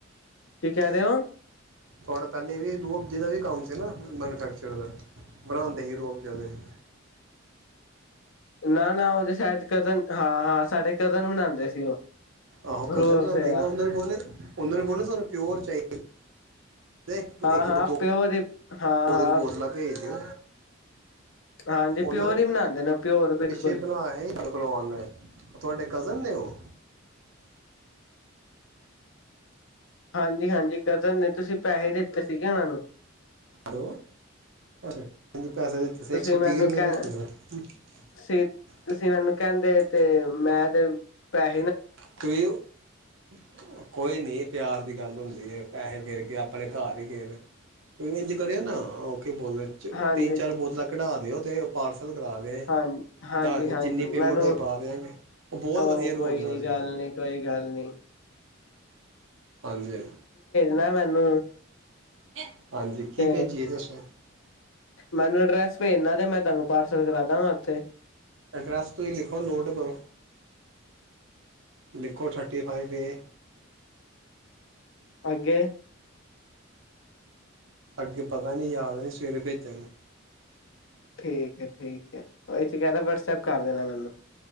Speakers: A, on the left; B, on the right.
A: ਕੀ ਕਹਿ ਰਹੇ ਹੋਂ?
B: ਤੁੁਹਾਡਾ ਪਹਿਲੇ ਵੀ ਰੁਅਬਜ਼ੇ ਦਾ ਵੀ ਕੰਮ ਸੀ ਨਾ, ਮੈਨੂਫੈਕਚਰ ਦਾ, ਬਣਾਂਦੇ ਸੀ ਰੋਅਬਜ਼ਾ ਦੇ ਸੀ।
A: ਨਾ -ਨਾ ਉਹਦੇ ਸ਼ਾਇਦ ਕਜਨ ਹਾਂ -ਹਾਂ ਸਾਡੇ ਕਜ਼ਨ ਬਨਾਉਂਦੇ ਸੀ ਉਹ।
B: ਆਹੋ
A: ਰੂਹ
B: ਕਜਨ
A: ਅਫਜ਼ੇ
B: ਜਾਂਂਦੇ
A: ਦਾ
B: ਸੀ ਨਾ, ਉਹਨਾਂ ਨੂੰ ਬੋਲੇ ਉਹਨਾਂ ਨੇ, ਬੋਲੋ ਤੁਾਨੂੰ ਪਿਓਰ ਚਾਹੀਦਾ। ਇੱਕ-
A: ਹਾਂ,
B: ਇੱਕ
A: ਹਾਂ
B: ਦੋ
A: ਪਿਓਰ ਹਾਂ, ਹਾਂ
B: ਦੋ ਦਿਨ ਬੋਤਲਾਂ ਭੇਜ ਦਿਓ
A: ਹਾਂਜੀ
B: ਉਹਨਾਂ
A: ਪਿਓਰ
B: ਨੇ
A: ਹੀ ਬਣਾਉਂਦੇ ਪਿਓਰ ਬਿਲਕੁਲ
B: ਪਿੱਛੇ ਬਣਾਇਆ ਸੀ ਮੇਰੇ ਕੋਲੋ ਓਨੇ, ਤੁਹਾਡੇ ਕਜ਼ਨ ਨੇ ਉਹ?
A: ਹਾਂਜੀ-ਹਾਂਜੀ ਕਜਨ ਨੇ ਤੁਸੀਂ ਪੈਹੇ ਦਿੱਤੇ ਸੀਗੇ ਉਹਨਾਂ ਨੂੰ।
B: ਹਲੋ <inaudible> ਪੈਸੇ ਦਿੱਤੇ ਸੀ
A: ਤੁਸੀਂ
B: ਇੱਕ ਸੌ
A: ਮੈਨੂੰ
B: ਤੀਹ, ਰਪੇ
A: ਕਹਿ
B: ਦਿੱਤੇ <unintelligible>
A: ਤੁਸੀਂ ਤੁਸੀਂ ਮੈਨੂੰ ਕਹਿੰਦੇ ਤੇ, ਮੈ ਤੇ, ਪੈਹ
B: <unintelligible> ਕੋਈ ਨੀ ਪਿਆਰ ਵੀ ਗੱਲ ਹੁੰਦੀ ਏ, ਪੈਹੇ ਫੇਰ ਕੇ ਆਪਣੇ ਘਰ ਹੀ ਗਏ ਵੇ ਇੰਝ ਕਰਿਓ ਨਾ <unintelligible>
A: ਹਾਂਜੀ
B: ਤਿੰਨ- ਚਾਰ ਬੋਤਲਾਂ ਕਢਾ ਦਿਓ। <unintelligible> ਤੇ ਪਾਰਸ ਕੱਲ ਕਰਾਗੇ
A: ਹਾਂ ਹਾਂਜੀ
B: ਦੱਸ ਦੇ
A: ਹਾਂਜੀ
B: ਜਿੰਨੀ
A: ਮੈਨੂੰ
B: ਪੇਮੈਂਟ ਹੋਈ ਪਾਗੇ ਨੇ, ਬਹੁਤ
A: ਉਹ
B: ਵਧੀਆ ਰੁਅਵਜਾ
A: ਕੋਈ ਨੀ
B: ਸੀ।
A: ਗੱਲ
B: ਉਹ
A: ਨੀ ਕੋਈ ਗੱਲ ਨੀ।
B: ਹਾਂਜੀ-ਹਾਂਜ
A: ਨਾ ਮੈਨੂੰ
B: <inaudible> ਕੀ
A: ਤੇ
B: ਭੇਜੀਏ ਦੱਸੋ
A: ਮੇਨੂੰ ਡਰੈਸ ਭੇਜਣਾ ਤੇ, ਮੈਂ ਤਾਨੂੰ ਪਾਰਸਲ ਕਰਾ ਦਾਂਗਾ ਓਥੇ।
B: ਅਡਰੈੱਸ ਤੁਸੀਂ ਲਿਖੋ, ਨੋਟ ਕਰੋ। ਲਿੱਖੋ ਥਰਟੀ -ਫਾਈਫ ਏ
A: ਅੱਗੇ
B: ਅੱਗੇ ਪਤਾ ਨੀ, ਯਾਦ ਨੀ ਸਵੇਰੇ ਭੇਜਾਂਗੇ।
A: ਠੀਕ ਐ ਠੀਕ ਐ ਇਹ ਚ <unintelligible> ਵਟਸਐਪ ਕਰ ਦੇਨਾ ਮੈਨੂੰ